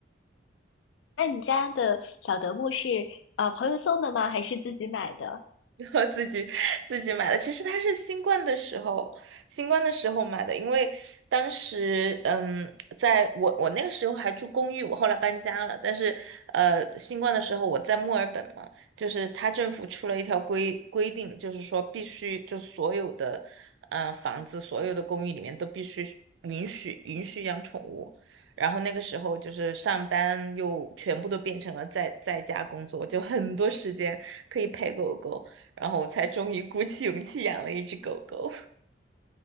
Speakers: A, on the left (about 80°); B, on the right (about 80°).
A: 那你家的小德牧是呃朋友送的吗？还是自己买的？
B: <laughs> 然后自己自己买的。其实它是新冠的时候，新冠的时候买的，因为当时嗯，在我我那个时候还住公寓，我后来搬家了。但是呃，新冠的时候我在墨尔本嘛，就是他政府出了一条规规定，就是说必须就所有的呃房子、所有的公寓里面都必须允许允许养宠物。然后那个时候就是上班又全部都变成了在在家工作，就很多时间可以陪狗狗。然后我才终于鼓起勇气养了一只狗狗。